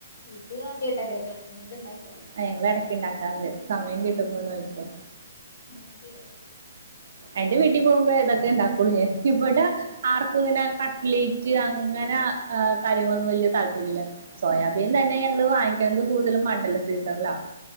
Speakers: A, on the left (about 75°); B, on the right (about 60°).
A: ഇത് ആദ്യമായിട്ടാ കേക്കണ ഇനി ത് ണ്ട
B: ആ ഞങ്ങള് ഇടയ്ക്ക് ഉണ്ടാക്കാറുണ്ട് സമയം കിട്ടുമ്പോന്ന് നോക്കിക്കോ
A: ഓക്കെ ഒ
B: എന്റെ വീട്ടിൽ പോകുമ്പോ ഇതൊക്കെ ഇണ്ടാക്കുള്ളൂ ഞാൻ ഇവിടെ ആർക്കും ഇങ്ങനെ കട്ലേറ്റ് അങ്ങനെ കാര്യങ്ങളൊന്നും വലിയ താല്പര്യല്ല സോയാബീൻ തന്നെ ഞങ്ങള് വാങ്ങിക്കുന്നത് കൂടുതലും മണ്ഡല സീസണല്ലാ